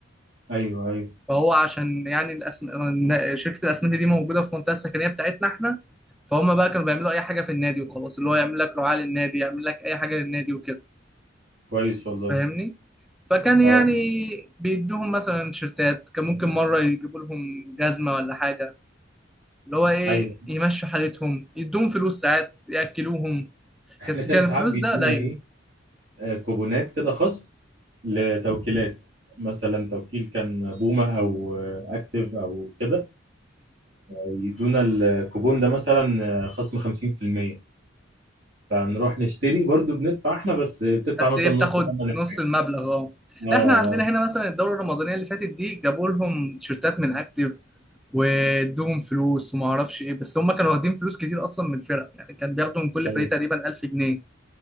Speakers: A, on the right; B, in the centre.
A: ايوه ايوه
B: فهو عشان يعني الأسم... الن- شركة الأسمنت دي موجودة في المنطقة السكنية بتاعتنا احنا فهم بقى كانوا بيعملوا أي حاجة في النادي وخلاص اللي هو يعمل لك رعاة للنادي يعمل لك أي حاجة للنادي وكده
A: كويس والله
B: فاهمني فكان يعني
A: اه
B: بيدوهم مثلا تيشيرتات كان ممكن مرة يجيبوا لهم جزمة ولا حاجة اللي هو إيه
A: ايوه
B: يمشوا حالتهم يدوهم فلوس ساعات يأكلوهم
A: احنا
B: بس
A: كان
B: كان
A: ساعات
B: الفلوس
A: بيدونا
B: ده قليل
A: ايه آه، كوبونات كده خصم لتوكيلات مثلا توكيل كان بومه او آه، اكتيف او كده يدونا الكوبون ده مثلا آه، خصم 50% فنروح نشتري برضو بندفع احنا بس بتدفع
B: بس
A: مثلا
B: ايه بتاخد
A: نص ثمن الحاجة
B: نص المبلغ اه
A: اه آه،
B: لا احنا عندنا هنا مثلا الدوره الرمضانيه اللي فاتت دي جابوا لهم تيشيرتات من اكتيف وادوهم فلوس وما اعرفش ايه بس هم كانوا واخدين فلوس كتير اصلا من الفرق يعني كان بياخدوا من كل
A: ايوه
B: فريق تقريبا 1000 جنيه